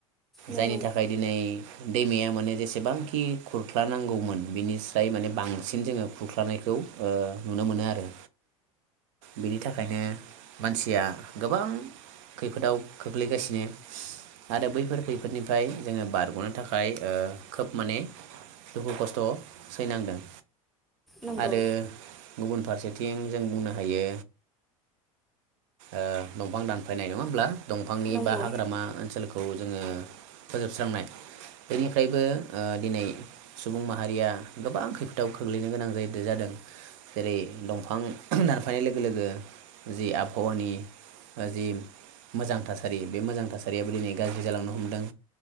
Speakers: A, in the centre; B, on the right.
A: नंगौ
B: जायनि थाखाय दिनै दैमाया माने जेसेबांखि खुरख्ला नांगौमोन बिनिस्राय माने बांसिन जोङो खुरख्लानायखौ ओ नुनो मोनो आरो बेनि थाखायनो मानसिया गोबां खैफोदाव खोख्लैगासिनो आरो बैफोर खैफोदनिफ्राय जोङो बारग'नो थाखाय ओ खोब माने दुखु खस्थ' सैनांदों।
A: नंगौ
B: आरो गुबुन फारसे थिं जों बुंनो हायो ओ दंफां दानफायनाय नङा होमब्ला दंफांनि
A: नंगौ
B: बा हाग्रामा ओनसोलखौ जोङो फोजोबस्रांनाय। बेनिफ्रायबो ओ दिनै सुबुं माहारिया गोबां खैफोदाव खोख्लैनो गोनां जायो जादों जेरै दंफां दानफायनाय लोगो लोगो जि आबहावानि जि मोजां थासारि बे मोजां थासारियाबो दिनै गाज्रि जालांनो हमदों।